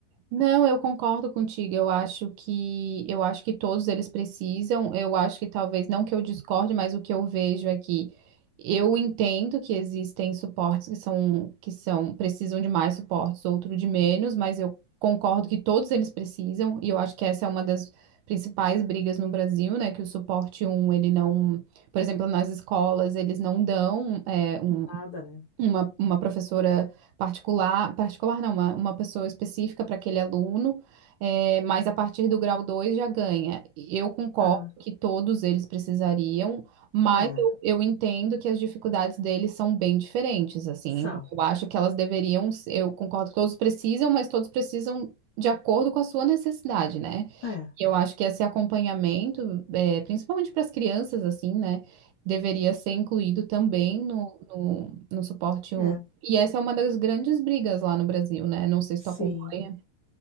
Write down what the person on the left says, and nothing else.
Nada, né?
Aham.
É,
são.
É,
é.
É.
Sim,